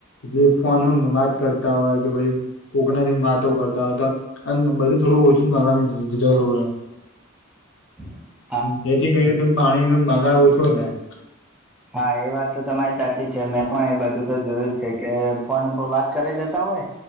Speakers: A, on the left; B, in the centre.
A: જે ફોનમાં વાત કરતા હોય કે પછી કોકના જોડે વાતો કરતા હોતા આ બધું થોડું ઓછું કરવાની જરૂર
B: <inaudible>
A: જેથી કરીને તો પાણીનો બગાડ ઓછો થાય.
B: હા એ વાત તો તમારી સાચી છે મેં પણ એ બધું તો જોયું જ છે કે ફોન ઉપર વાત કરી જતા હોય